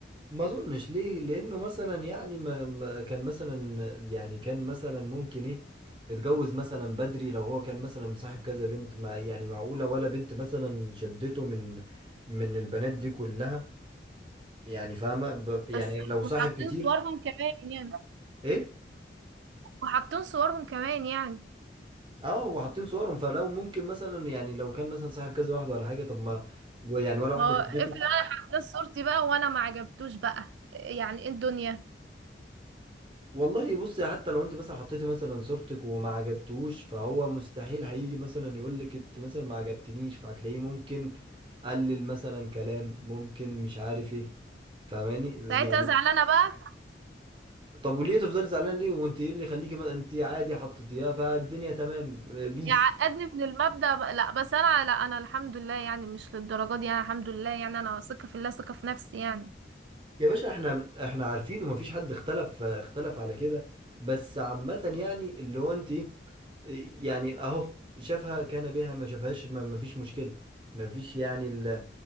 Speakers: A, on the right; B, on the right.
A: ما اظنش ليه لانه مثلا يعني ما ما- كان مثلا يعني كان مثلا ممكن ايه اتجوز مثلا بدري لو هو كان مثلا مصاحب كذا بنت ما يعني معقوله ولا بنت مثلا شدته من من البنات دي كلها يعني فاهمه ب- يعني
B: بس
A: لو صاحب
B: وحاطين
A: كتير
B: صورهم كمان يعني
A: ايه
B: وحاطين صورهم كمان يعني
A: اه وحاطين صورهم فلو ممكن مثلا يعني لو كان مثلا صاحب كذا واحده ولا حاجه طب ما يعني ولا واحده
B: هو
A: شدته
B: افرض انا حطيت صورتي بقى وانا ما عجبتوش بقى يعني ايه الدنيا
A: والله بصي حتى لو انت مثلا حطيتي مثلا صورتك وما عجبتوش فهو مستحيل هيجي مثلا يقول لك انت مثلا ما عجبتنيش فهتلاقيه ممكن قلل مثلا كلام ممكن مش عارف ايه فاهماني
B: ساعتها
A: يعني
B: ازعل انا بقى
A: طب وليه تفضلي زعلان ليه وانت ايه اللي يخليكي ما- انت عادي حطيتيها فالدنيا تمام آه، بيس
B: يعقدني من المبدأ بقى. لا بس انا لا انا الحمد لله يعني مش للدرجه دي انا الحمد لله يعني انا ثقه في الله ثقه في نفسي يعني
A: يا باشا احنا احنا عارفين ومفيش حد اختلف اختلف على كده بس عامة يعني اللي هو انت يعني اهو شافها كان بها ما شافهاش ما- مفيش مشكلة مفيش يعني ال